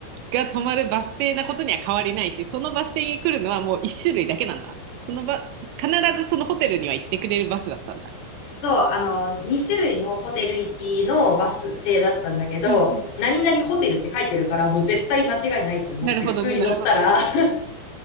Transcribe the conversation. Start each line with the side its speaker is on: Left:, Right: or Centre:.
Right: が止まるバス停なことには変わりないし、そのバス停に来るのはもう一種類だけなんだ。そのば、必ずそのホテルには行ってくれるバスだったんだ。
Left: そう、あの、2種類のホテル行きのバス停だったんだけど、
Right: うんうん
Left: 何々ホテルって書いてるから、もう絶対間違いないと思って普通に乗ったら、
Right: なるほどね、なるほどね。
Left: <laughs>